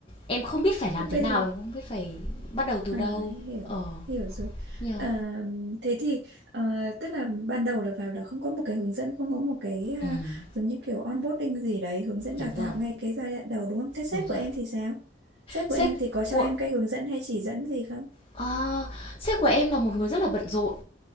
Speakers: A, on the left; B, on the right.
A: em không biết phải làm
B: Thế
A: thế
B: bây
A: nào,
B: giờ...
A: em không biết phải bắt đầu từ
B: À,
A: đâu.
B: hiểu
A: Ờ,
B: hiểu rồi
A: nhờ.
B: à, thế thì ờ, tức là ban đầu là vào là không có một cái hướng dẫn không có một cái à,
A: Ừm,
B: giống như kiểu onboarding gì đấy hướng dẫn
A: đúng
B: đào
A: rồi,
B: tạo ngay cái giai đoạn đầu đúng không thế sếp
A: đúng rồi.
B: của em thì sao sếp
A: Sếp
B: của em thì có cho
A: của
B: em cái hướng dẫn hay chỉ dẫn gì không
A: ờ, sếp của em là một người rất là bận rộn.